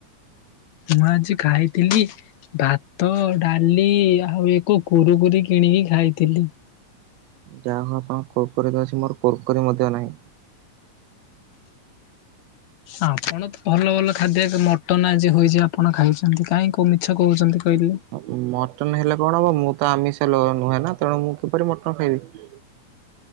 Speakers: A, on the left (about 65°); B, on the right (about 85°).
A: ମୁଁ ଆଜି ଖାଇଥିଲି ଭାତ, ଡାଲି ଆଉ ଏକ କୁରୁକୁରି କିଣିକି ଖାଇଥିଲି।
B: ଯାହା ହଉ ଆପଣ କୁରୁକୁରି ତ ଅଛି। ମୋର କରୁକୁରି ମଧ୍ୟ ନାହିଁ।
A: ଆପଣ ତ ଭଲ ଭଲ ଖାଦ୍ୟ ମଟନ୍ ଆଜି ହୋଇଛି ଆପଣ ଖାଇଛନ୍ତି। କାଇଁ କୋଉ ମିଛ କହୁଛନ୍ତି କହିଲେ।
B: ଅ, ମଟନ୍ ହେଲେ କଣ ହବ, ମୁଁ ତ ଆମିଷ ଲ- ନୁହେଁ ନା ତେଣୁ ମୁଁ କିପରି ମଟନ୍ ଖାଇବି।